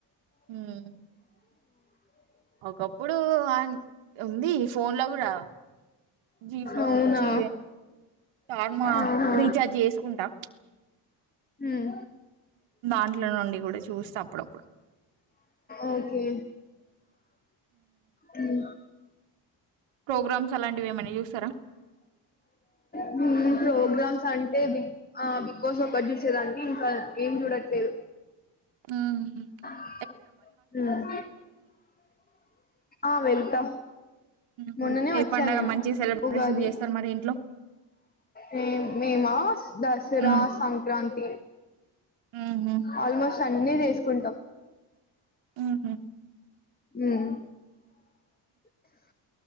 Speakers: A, on the right; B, on the left.
A: ఉమ్. ఒకప్పుడు అన్ ఉంది ఫోన్ లో కూడా జీ ఫ
B: అవునా
A: జీ స్టార్మా
B: ఆహా
A: రీచార్జ్ చేస్కుంటా
B: ఊమ్
A: దాంట్ల నుండి కూడా చూస్తా అప్పుడప్
B: ఓకే హుమ్
A: ప్రోగ్రామ్స్ అలాంటివి ఏమైనా చూస్తారా
B: హుమ్ ప్రోగ్రామ్ అంటే బిగ్ ఆ బిగ్ బాస్ ఒకటి చూసేదాని ఇంకా ఏం చూడట్లేదు
A: ఆ హ
B: హు మ్ ఆ వెల్తా
A: ఉహు.
B: మొన్ననే
A: ఏ
B: ఒచ్చా
A: పండగ
B: నేను
A: మంచి సెలబ్రేషన్
B: ఉగాది
A: చేస్తారు మరి ఇంట్లో
B: మేమ్ మేమా దసరా
A: ఉమ్.
B: సంక్రాంతి
A: ఉహు
B: ఆల్మోస్ట్ అన్ని చేస్కుంటాం
A: ఉహు
B: హు మ్